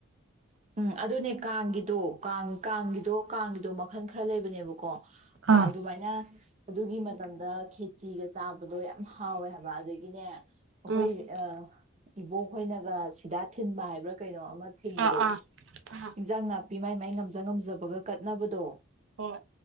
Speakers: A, on the right; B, on the right.
A: ꯎꯝ ꯑꯗꯨꯅꯦ ꯀꯥꯡꯒꯤꯗꯣ ꯀꯥꯡ ꯀꯥꯡꯒꯤꯗꯣ ꯀꯥꯡꯒꯤ ꯑꯗꯣ ꯃꯈꯜ ꯈꯔ ꯂꯩꯕꯅꯦꯕ ꯀꯣ
B: ꯑꯥ
A: ꯑꯗꯨꯃꯥꯏꯅ ꯑꯗꯨꯒꯤ ꯃꯇꯝꯗ ꯈꯤꯠ ꯆꯤꯒ ꯆꯥꯕꯗꯣ ꯌꯥꯝ ꯍꯥꯎꯋꯦ ꯍꯥꯏꯕ ꯑꯗꯒꯤꯅꯦ ꯑꯩꯈꯣꯏ
B: ꯎꯝ
A: ꯑꯥ ꯏꯕꯣꯛ ꯍꯣꯏꯅꯒ ꯁꯤꯗꯥ ꯊꯤꯟꯕ ꯍꯥꯏꯕ꯭ꯔꯥ ꯀꯩꯅꯣ ꯑꯃ ꯑꯃꯥ ꯊꯤꯟꯕꯗꯣ
B: ꯑꯥ ꯑꯥ ꯑꯥ
A: ꯑꯦꯟꯖꯥꯡ ꯅꯥꯞ ꯅꯥꯄꯤ ꯃꯥꯏ ꯃꯥꯏ ꯉꯝꯖ ꯉꯝꯖꯕꯒ ꯀꯠꯅꯕꯗꯣ
B: ꯍꯣꯏ